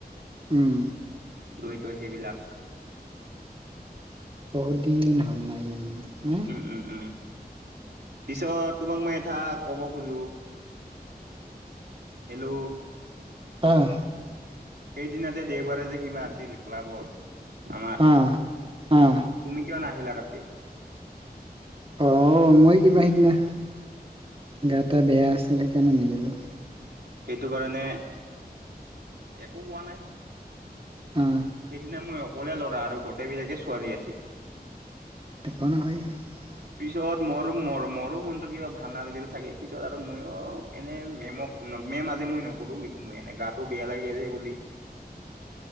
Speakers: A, on the right (about 35°); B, on the right (about 85°).
A: উম
B: দৈ-চৈ সেইবিলাক
A: বহুত দিন হ'ল নাই ন
B: উম উম উম পিছত তোমাক মই এটা কব খোজো হেল্ল'
A: আহ
B: সেইদিনা যে দেওবাৰে যে কিবা আছিল ক্লাবত আমাৰ
A: অ অ
B: তুমি কিয় নাহিলা তাতে
A: আহ মই কিবা সিদিনা গাটা বেয়া আছিল সেইকাৰণে ন‌গলোঁ
B: সেইটো কাৰণে একো কোৱা নাই
A: অ
B: সেইদিনা মই অকলে ল'ৰা আৰু গোটেইবিলাকে ছোৱালী আছিল
A: ঠিকনা নাই <unintelligible>
B: পিছত মোৰ-মোৰো মনতটো কিবা ভাল নালাগিল চাগে পিছত আৰু মইয়ো এনে মেম <unintelligible> মেম আজে মই নকৰো বছো মই এনে গাটো বেয়া লাগি আছে বুলি